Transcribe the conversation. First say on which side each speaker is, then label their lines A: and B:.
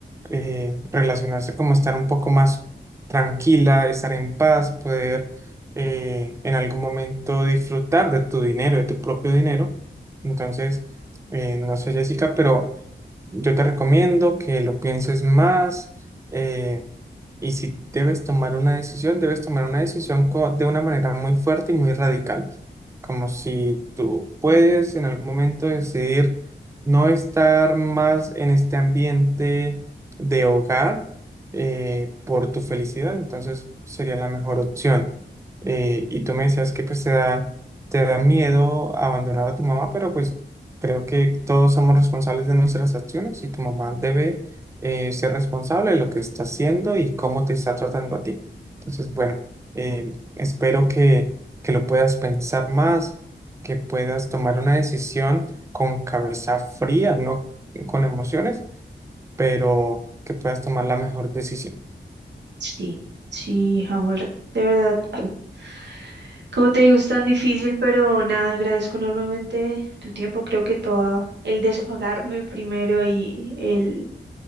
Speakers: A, on the right; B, on the right.
A: eh, relacionarse como estar un poco más tranquila, estar en paz, poder... eh, en algún momento disfrutar de tu dinero, de tu propio dinero. Entonces, eh, no sé, Jessica, pero yo te recomiendo que lo pienses más eh, y si debes tomar una decisión, debes tomar una decisión co- de una manera muy fuerte y muy radical, como si tú puedes en algún momento decidir no estar más en este ambiente de hogar eh, por tu felicidad, entonces sería la mejor opción. Eh, y tú me decías que pues te da, te da miedo abandonar a tu mamá, pero pues... Creo que todos somos responsables de nuestras acciones y tu mamá debe eh, ser responsable de lo que está haciendo y cómo te está tratando a ti. Entonces, bueno, eh, espero que, que lo puedas pensar más, que puedas tomar una decisión con cabeza fría, no con emociones, pero que puedas tomar la mejor decisión.
B: Sí, sí, Howard, de verdad. <sighs> <clears throat> Como te digo, es tan difícil, pero nada, agradezco enormemente tu tiempo. Creo que todo el desahogarme primero y el